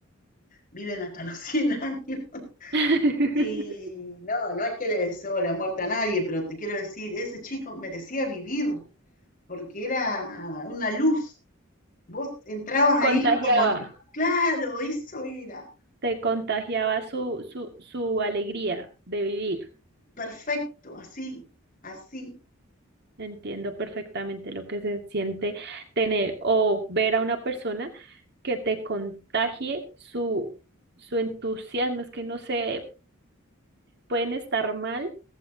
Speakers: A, on the left; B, on the right.
A: viven hasta <laughs> los 100 años. <laughs>
B: <laughs>
A: Y no, no es que le deseo la muerte a nadie, pero te quiero decir, ese chico merecía vivir porque era una luz Vos entrabas ahí
B: Contagiaba.
A: como, en- claro, eso era,
B: te contagiaba su, su, su alegría de vivir.
A: perfecto, así, así,
B: Entiendo perfectamente lo que se siente tener o ver a una persona que te contagie su, su entusiasmo. Es que no sé, pueden estar mal,